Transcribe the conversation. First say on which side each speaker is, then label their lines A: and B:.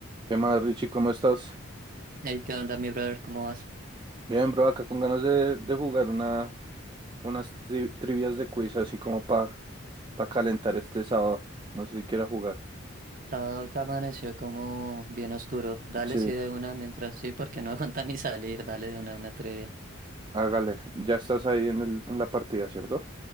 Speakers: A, on the right; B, on the right.
A: ¿Qué más, Richie? ¿Cómo estás?
B: Ey, ¿qué onda, mi brother? ¿Cómo vas?
A: Bien, bro, acá con ganas de, de jugar una, unas tri- trivias de quiz, así como para calentar este sábado. No sé si quiera jugar.
B: Sábado que amaneció como bien oscuro. Dale,
A: Sí,
B: sí, de una mientras sí, porque no <laughs> aguanta ni salir. Dale de una, una trivia.
A: hágale. Ya estás ahí en, el- en la partida, ¿cierto?